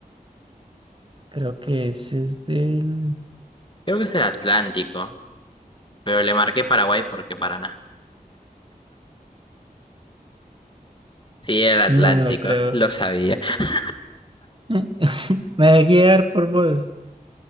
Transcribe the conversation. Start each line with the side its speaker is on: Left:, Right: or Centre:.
Right: creo que ese es del...
Left: Creo que es el Atlántico, pero le marqué Paraguay porque Paraná. Sí, era el Atlántico,
Right: No me lo creo.
Left: lo sabía. <laughs>
Right: <laughs> Me dejé guiar por vos.